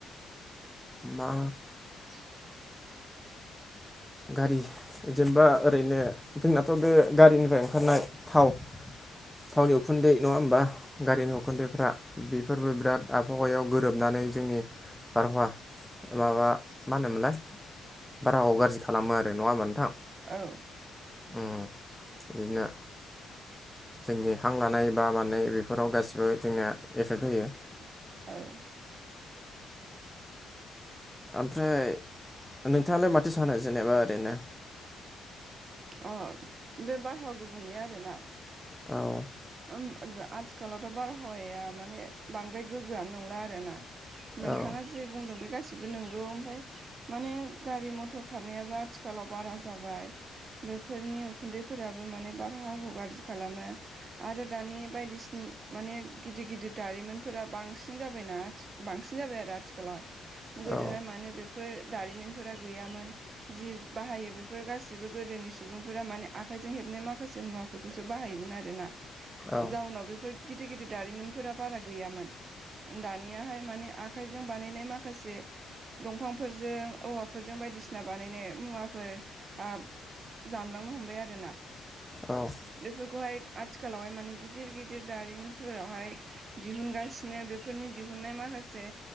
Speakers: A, in the centre; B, on the right.
A: मा
B: <unintelligible>
A: गारि जेनेबा ओरैनो जोंनाथ' बे गारिनिफ्राय ओंखारनाय थाव थावनि उखुन्दै नङा होमबा गारिनि उखुन्दैफ्रा बेफोरबो बिराद आब हावायाव गोरोबनानै जोंनि बारहावा माबा मा होनोमोनलाय बारहाखौ गारजि खालामो आरो नङा होमबा नोंथां
B: औ
A: ओ इदिनो जोंनि हां लानाय बा मानाय बेफोराव गासिबो जोंनिया एफेक्ट होयो
B: <unintelligible>
A: आमफ्राय नोंथाङालाय माथो सानो जेनेबा ओरैनो
B: अ बे बारहावा गुबुंले आरोना
A: औ
B: ओम आ-आथिखालावथ' बारहावाया माने बांद्राय गोग्गोआनो नंला आरोना नोंथाङा
A: औ
B: जे बुंदों बे गासिबो नोंगौ ओमफाय माने गारि मथर खारनायाबो आथिखालाव बारा जाबाय बेफोरनि उखुन्दैफोराबो माने बारहावखौ गाज्रि खालामो आरो दानि बायदिसिन माने गिदिर गिदिर दारिमिनफोरा बांसिन जाबायना आथि बांसिन जाबाय आरो आथिखालावहाय गोदोहाय
A: औ
B: माने बे फोर दारिमिनफोरा गैयामोन जि बाहायो बेफोर गासि बो गोदोनि सुबुंफोरा माने आखाइजों हेबनाय माखासे मुवाफोरखौसो बाहायोमोन आरोना
A: औ
B: जाउनाव बेफोर गिदिर गिदिर दारिमिनफोरा बारा गैयामोन दानियाहाय माने आखाइजों बानायनाय माखासे दंफांफोरजों औवाफोरजों बायदिसिना बानायनाय मुवाफोर हाब जामलांनो हमबाय आरोना
A: औ
B: बेफोरखौहाय आथिखालावहाय माने गिदिर गिदिर दारिमिनफोरावहाय दिहुनगासिनो बेफोरनि दिहुननाय माखासे